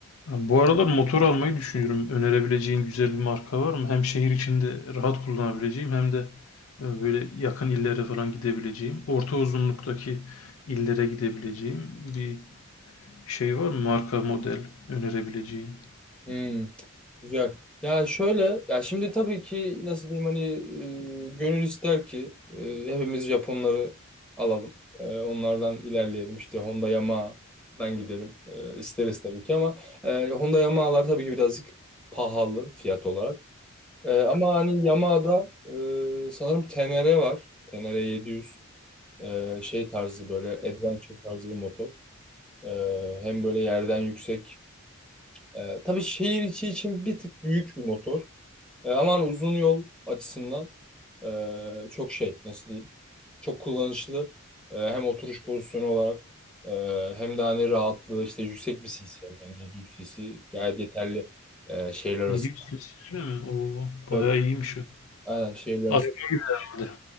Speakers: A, on the left; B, in the centre.
A: Abi Bu aralar motor almayı düşünüyorum. Önerebileceğin güzel bir marka var mı? Hem şehir içinde rahat kullanabileceğim hem de e, böyle yakın illere falan gidebileceğim. Orta uzunluktaki illere gidebileceğim bir şey var mı? Marka model önerebileceğin.
B: Hmm, güzel. Ya şöyle, ya şimdi tabii ki nasıl diyeyim hani e, gönül ister ki e, hepimiz Japonları alalım. E, onlardan ilerleyelim işte Honda Yamaha'dan gidelim. E, isteriz tabii ki ama e, Honda Yamaha'lar tabii ki birazcık pahalı fiyat olarak. E, ama hani Yamaha'da e, sanırım TNR var. TNR 700 e, şey tarzı böyle adventure tarzı bir motor. E, hem böyle yerden yüksek Ee, tabii şehir içi için bir tık büyük bir motor. Ee, ama hani uzun yol açısından ee, çok şey nasıl diyeyim çok kullanışlı Ee, hem oturuş pozisyonu olarak ee, hem de hani rahatlığı işte yüksek bir cc yani 700 cc gayet yeterli ee, şehirler arası.
A: 700 cc mi? Oo, bayağı
B: Evet
A: iyiymiş o.
B: aynen şehirler arası
A: Araba gibi herhalde.